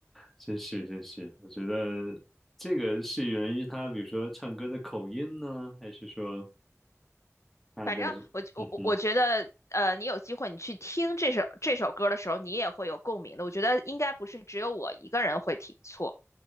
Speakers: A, in the centre; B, on the left.
A: 真是真是，我觉得这个是源于他，比如说唱歌的口音呢，还是说他的，
B: 反正我我我我觉得，
A: 嗯哼，
B: 呃，你有机会你去听这首这首歌的时候，你也会有共鸣的。我觉得应该不是只有我一个人会听错，